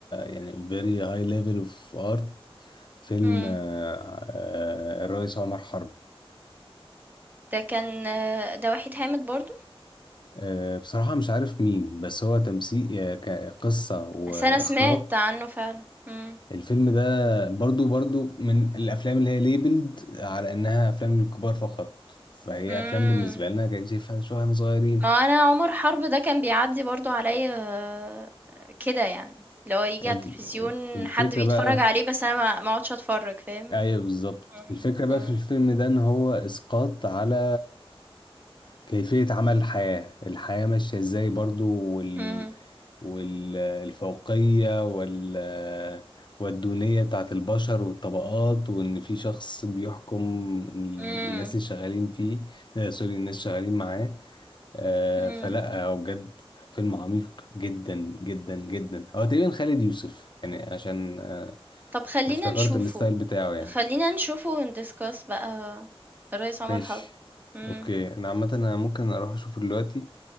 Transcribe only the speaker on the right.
مم.
ده كان آه، ده وحيد حامد برضو
بس أنا سمعت عنه فعلا مم.
إمم.
ما هو أنا عمر حرب ده كان بيعدّي برضه عليّا آه، كده يعني، اللي هو ييجي
على التلفزيون
حد بيتفرّج
عليه بس أنا ما ما اقعدش أتفرّج فاهم؟
إمم،
إمم.
إمم،
إمم،
إمم.
طب خلّينا
نشوفه،
خلّينا نشوفه ونdiscuss بقى الريس عمر
حرب. إمم.